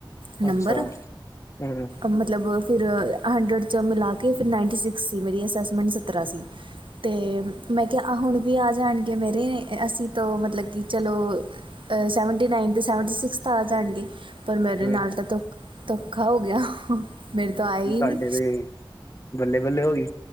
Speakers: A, on the right (about 70°); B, on the left (about 35°).
A: ਨੰਬਰ
B: ਅੱਛਾ ਹੂੰ
A: ਮਤਲਬ ਫੇਰ ਹੰਡਰਡ ਚ ਮਿਲਾ ਕੇ ਫੇਰ ਨਾਈਨਟੀ ਸਿਕਸ ਸੀ ਮੇਰੀ ਅਸੈਸਮੈਂਟ ਸੱਤਰਾ ਸੀ ਤੇ ਮੈਂ ਕਿ ਹੁਣ ਵੀ ਆ ਜਾਣਗੇ ਮੇਰੇ ਅਸੀ ਤੋਂ ਮਤਲਬ ਕਿ। ਚਲੋ ਸੈਵਨਟੀ ਨਾਈਨ ਅਤੇ ਸੈਵਨਟੀ ਸਿਕਸ ਤਾਂ ਆ ਜਾਣਗੇ ਪਰ ਮੇਰੇ
B: ਹੂੰ
A: ਨਾਲ ਤਾਂ ਧ। ਧੋਖਾ ਹੋ ਗਿਆ। ਤੋਂ ਆਏ
B: ਤੁਹਾਡੇ
A: ਹੀ ਨਹੀਂ
B: ਤੇ ਬੱਲੇ ਬੱਲੇ ਹੋਈ